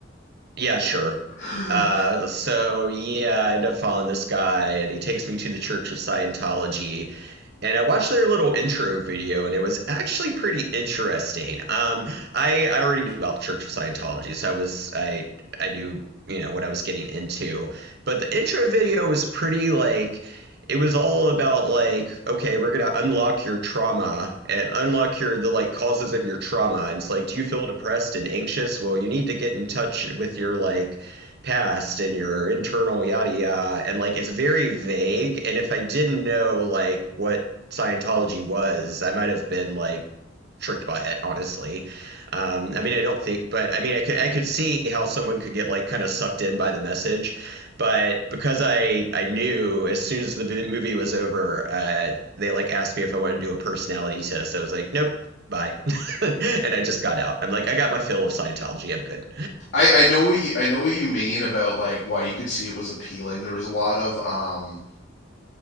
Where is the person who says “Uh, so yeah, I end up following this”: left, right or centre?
Right